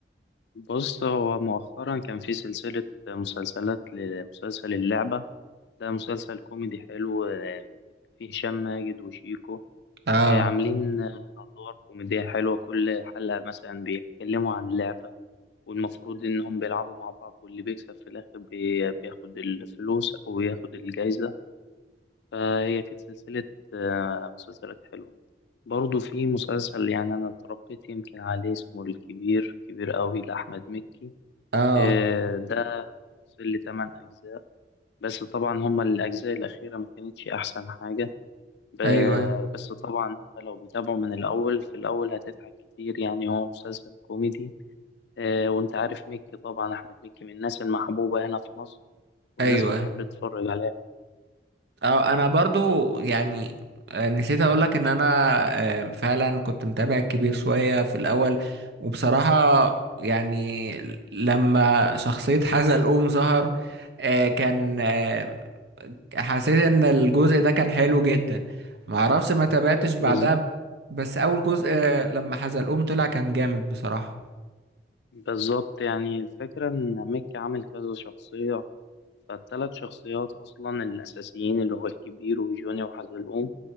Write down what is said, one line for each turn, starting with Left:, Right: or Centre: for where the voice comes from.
Left: بص هو مؤخرا كان في سلسلة مسلسلات لمسلسل اللعبة ده مسلسل كوميدي حلو آه، فيه هشام ماجد وشيكو
Right: اه
Left: آه، عاملين آه، أدوار كوميدية حلوة كل حلقة مثلا بيتكلموا عن لعبة والمفروض إنهم بيلعبوا مع بعض واللي بيكسب في الآخر بي- بياخد الفلوس أو ياخد الجايزة فهي كانت سلسلة آه، مسلسلات حلوة برضه في مسلسل يعني أنا اتربيت يمكن عليه اسمه الكبير كبير أوي لأحمد مكي
Right: اه
Left: آه، ده وصل لتمن أجزاء بس طبعا هما الأجزاء الأخيرة ما كانتش أحسن حاجة ب-
Right: ايوه ايوه
Left: بس طبعا أنت لو متابعه من الأول في الأول هتضحك كتير يعني هو مسلسل كوميدي آه، وأنت عارف مكي طبعا أحمد مكي من الناس المحبوبة هنا في مصر والناس
Right: ايوه
Left: بتحب تتفرج عليه
Right: اه انا برضو يعني آه، نسيت اقولك ان انا آه، فعلا كنت متابع كبير شوية في الاول وبصراحة يعني لما شخصية حزلقوم ظهر آه، كان آه، حسيت ان الجزء ده كان حلو جدا معرفش ما تابعتش بعدها
Left: بالظبط
Right: بس اول جزء آه، لما حزلقوم طلع كان جامد بصراحة
Left: بالظبط يعني الفكرة إن ميك عامل كذا شخصية فالتلات شخصيات أصلا الأساسيين اللي هو الكبير وجوني وحزلقوم